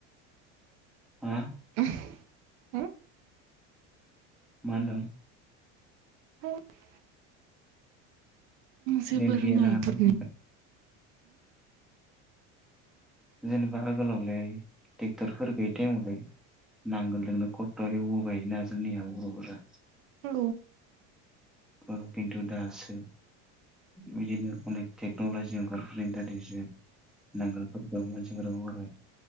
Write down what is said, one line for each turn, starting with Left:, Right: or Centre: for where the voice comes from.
Centre: हा
Right: <unintelligible> हो
Centre: मा होन्दों?
Right: <inaudible> जेबो
Centre: नेट गैया
Right: रोङा इफोरनि
Centre: <unintelligible> जेनेबा आगोलावलाय ट्रेक्टरफोर गैयै टाइमलाय नांगोलजोंनो खस्थ एवबोबायोना जोंनिया बरफोरा
Right: औ
Centre: ओ खिन्थु दासो बिदिनो अनेक टेक्नलजि ओंखारफुनाय <unintelligible> नांगोलफोर औ मानसिफोरा हरबाय